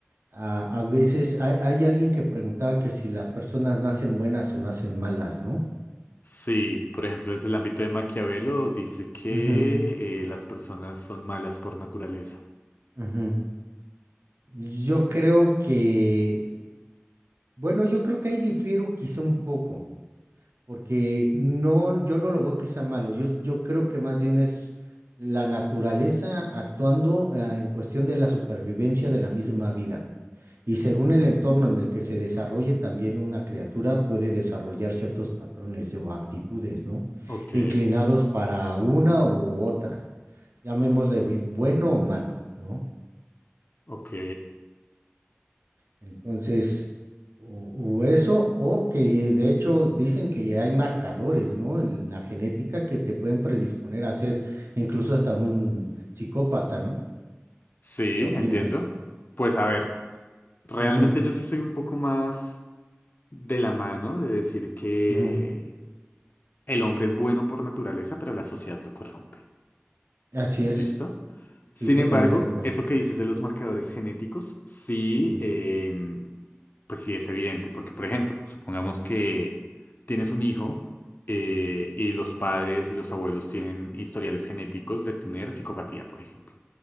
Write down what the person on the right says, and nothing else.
a, a veces, hay, hay alguien que preguntaba que si las personas nacen buenas o nacen malas, ¿no?
Ujú,
ujú. Yo creo que, bueno, yo creo que ahí difiero quizá un poco. porque no, yo no lo veo que sea malo. Yo, yo creo que más bien es la naturaleza actuando, ah, en cuestión de la supervivencia de la misma vida. Y según el entorno en el que se desarrolle, también una criatura puede desarrollar ciertos patrones o actitudes, ¿no?
Inclinados para una u otra, llamémosle vi- bueno o malo, ¿no?
Entonces, o, o eso, o que de hecho dicen que ya hay marcadores, ¿no? En la genética que te pueden predisponer a ser incluso hasta un psicópata, ¿no?
¿O ¿Qué opinas?
Ujú,
ujú.
Así es,
sí, totalmente
de acuerdo.
Ujú.